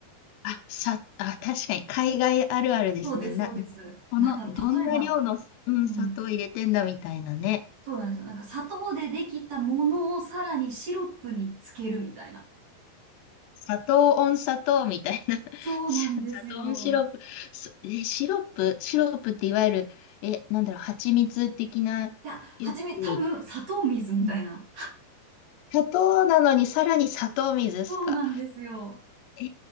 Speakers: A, on the left (about 80°); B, on the right (about 45°).
A: あ、さ、あ、確かに海外あるあるですね。
B: そうです、
A: な、
B: そうです。
A: この、
B: なんだろう、
A: どんな量の、
B: 例えば、
A: うん、
B: うん、
A: 砂糖入れてんだみたいなね。
B: そうなんですよ。なんか、砂糖でできたものをさらにシロップにつけるみたいな。
A: 砂糖温砂糖みたいな。<laughs>
B: そうなんですよ。
A: 砂糖温シロップ。そえ、シロップシロップっていわゆる、え、なんだろう、蜂蜜的なやつに。
B: いや、はじめ、多分、砂糖水みたいな。
A: うん砂糖なのにさらに砂糖水ですか。
B: そうなんですよ。
A: え